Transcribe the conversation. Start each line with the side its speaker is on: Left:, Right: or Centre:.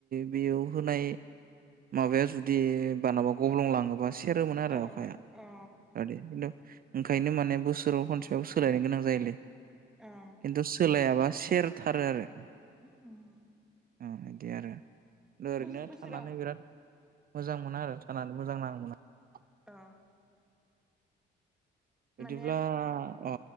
Right: बेयाव होनाय माबाया जुदि बानाबा गब्लं लाङोबा सेरोमोन आरो
Centre: औ
Right: अखाया।
Centre: औ
Right: इदि खिन्थु ओंखायनो माने बोसोराव खनसेयाव सोलायनो गोनां जायोलै।
Centre: औ
Right: खिन्थु सोलायाबा सेरथारो आरो।
Centre: उम।
Right: ओ इदि आरो, ओरैनो
Centre: बोसोर बोसोराव
Right: थानानै बिराद मोजां मोना आरो थानानै मोजां नाङो। <unintelligible>
Centre: ओ।
Right: बिदिब्ला
Centre: माने
Right: अ